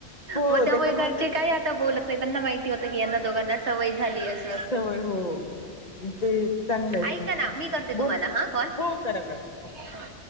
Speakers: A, on the left; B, on the right.
A: हो
B: मग त्यामुळे
A: त्याच्यामुळे
B: घरचे
A: ते
B: काय आता बोलत नाही त्यांना माहिती होतं यांना दोघांना सवय झाली अस.
A: सवय हो म ते चांगलाय.
B: ऐका ना मी करते तुम्हाला
A: बोल
B: हा कॉल.
A: हो करा करा.
B: हा